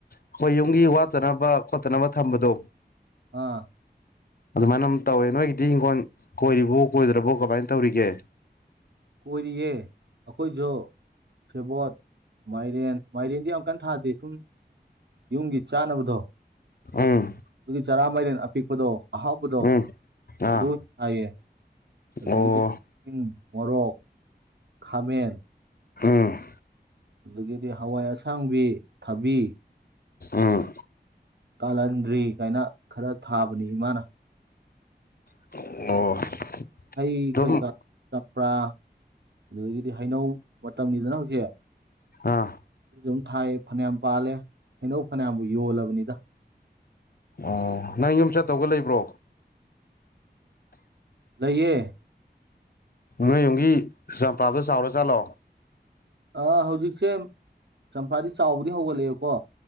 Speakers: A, on the left; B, on the right.
A: ꯑꯈꯣꯏ ꯌꯨꯝꯒꯤ ꯋꯥꯠꯇꯅꯕ ꯈꯣꯠꯇꯅꯕ ꯊꯝꯕꯗꯣ
B: ꯑꯥ
A: ꯑꯗꯨꯃꯥꯏꯅ ꯑꯃ ꯇꯧꯋꯦ ꯅꯣꯏꯒꯤꯗꯤ ꯍꯤꯡꯈꯣꯜ ꯀꯣꯏꯔꯤꯕꯣ ꯀꯣꯏꯗ꯭ꯔꯕꯣ ꯀꯃꯥꯏꯅ ꯇꯧꯔꯤꯒꯦ
B: ꯀꯣꯏꯔꯤꯌꯦ ꯑꯈꯣꯏꯖꯨ ꯁꯦꯕꯣꯠ ꯃꯥꯏꯔꯦꯟ ꯃꯥꯏꯔꯦꯟꯗꯤ ꯌꯥꯝ ꯀꯟꯅ ꯊꯥꯗꯦ ꯁꯨꯝ ꯌꯨꯝꯒꯤ ꯆꯥꯅꯕꯗꯣ
A: ꯎꯝ
B: ꯑꯗꯨꯒꯤ ꯆꯔꯥ ꯃꯥꯏꯔꯦꯟ ꯑꯄꯤꯛꯄꯗꯣ ꯑꯍꯥꯎꯕꯗꯣ
A: ꯎꯝ ꯑꯥ
B: ꯑꯗꯨ ꯑꯣꯏꯅ ꯊꯥꯏꯌꯦ ꯑꯗꯒꯤꯗꯤ
A: ꯑꯣ
B: ꯏꯪ ꯃꯣꯔꯣꯛ ꯈꯥꯃꯦꯟ
A: ꯎꯝ
B: ꯑꯗꯒꯤꯗꯤ ꯍꯋꯥꯏ ꯑꯁꯥꯡꯕꯤ ꯊꯕꯤ
A: ꯑꯥ
B: ꯀꯥꯜꯍꯟꯗ꯭ꯔꯤ ꯀꯥꯏꯅ ꯈꯔ ꯊꯥꯕꯅꯤ ꯏꯃꯥꯅ
A: ꯑꯣ
B: ꯍꯩ
A: ꯑꯗꯨꯝ
B: ꯀꯔꯤ ꯀꯥ ꯆꯝꯄ꯭ꯔꯥ ꯑꯗꯨꯗꯒꯤꯗꯤ ꯍꯩꯅꯧ ꯃꯇꯝꯅꯤꯗꯅ ꯍꯧꯖꯤꯛ
A: ꯑꯥ
B: ꯑꯗꯨꯖꯨꯝ ꯊꯥꯏ ꯐꯅꯌꯥꯝ ꯄꯥꯜꯂꯦ ꯍꯩꯅꯧ ꯐꯅꯌꯥꯝꯕꯨ ꯌꯣꯜꯂꯕꯅꯤꯗ
A: ꯑꯣ ꯅꯪ ꯌꯨꯝ ꯆꯠꯇꯧꯕꯒ ꯂꯩꯕ꯭ꯔꯣ
B: ꯂꯩꯌꯦ
A: ꯅꯣꯏ ꯌꯨꯝꯒꯤ ꯆꯝꯄ꯭ꯔꯥꯗꯣ ꯆꯥꯎꯔꯥ ꯖꯥꯠꯂꯣ
B: ꯑꯥ ꯍꯧꯖꯤꯛꯁꯦ ꯆꯝꯐ꯭ꯔꯥꯗꯤ ꯆꯥꯎꯕꯗꯤ ꯍꯧꯒꯠꯂꯛꯑꯦꯀꯣ